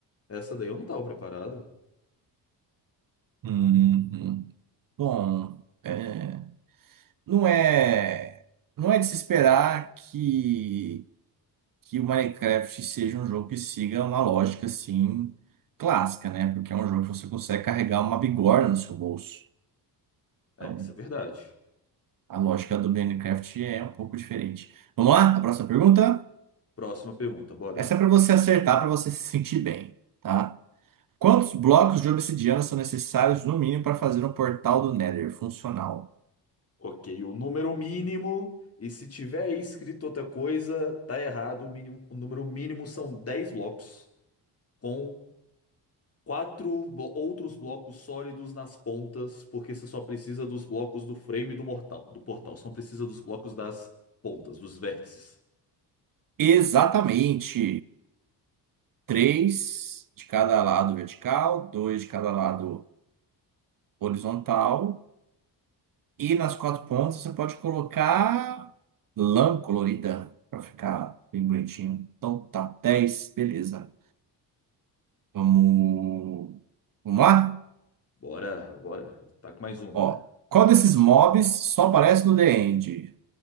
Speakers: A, on the left; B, on the right.
A: essa daí eu não tava preparado.
B: hum, hum. hum. bom, é, não é, não é de se esperar que que o Minecraft seja um jogo que siga uma lógica assim clássica, né? Porque é um jogo que você consegue carregar uma bigorna no seu bolso. Então,
A: É, isso é verdade.
B: a lógica do Minecraft é um pouco diferente. Vamos lá? A próxima pergunta?
A: Próxima pergunta, bora.
B: Essa é para você acertar, para você se sentir bem, tá? Quantos blocos de obsidiana são necessários no mínimo para fazer um portal do Nether funcional?
A: Ok, o número mínimo, e se tiver aí escrito outra coisa, tá errado. O mínimo, o número mínimo são 10 blocos, com quatro blo- outros blocos sólidos nas pontas, porque você só precisa dos blocos do frame do mortal, do portal. Só não precisa dos blocos das pontas, dos vértices.
B: Exatamente. Três de cada lado vertical, dois de cada lado horizontal E nas quatro pontas você pode colocar lã colorida para ficar bem bonitinho. Então tá, dez beleza. Vamos, vamos lá?
A: Bora, bora. Tá com mais uma.
B: Ó, qual desses mobs só aparece no The End?